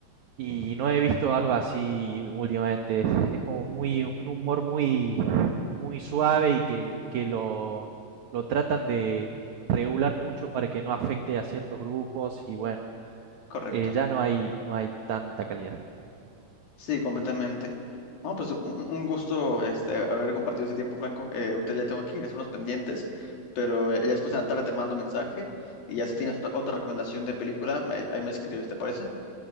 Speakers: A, on the right (about 60°); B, on the left (about 70°).
A: Y no he visto algo así últimamente. Es como muy, un humor muy, muy suave y que, que lo, lo tratan de regular mucho para que no afecte a ciertos grupos y bueno,
B: Correcto.
A: eh, ya no hay, no hay tanta calidad.
B: Sí, completamente. No, pues un, un gusto este, haber compartido ese tiempo, Franco. Eh, ahorita ya tengo que ir a hacer unos pendientes, pero eh, ya después en la tarde te mando mensaje y ya si tienes otra, otra recomendación de película, me- ahí me escribes, ¿te parece?